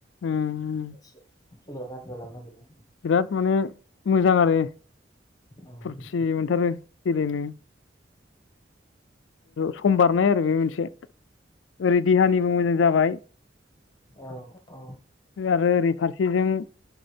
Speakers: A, on the left; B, on the left.
A: उम
B: सोलोआ गारजि जालांनो नागेरदों
A: बिराद माने मोजां आरो।
B: औ
A: फुरथि मोनथारो गेलेनो। सम बारनाय आरो बे मोनसे ओरै देहानिबो मोजां जाबाय
B: औ औ
A: आरो ओरै फारसेजों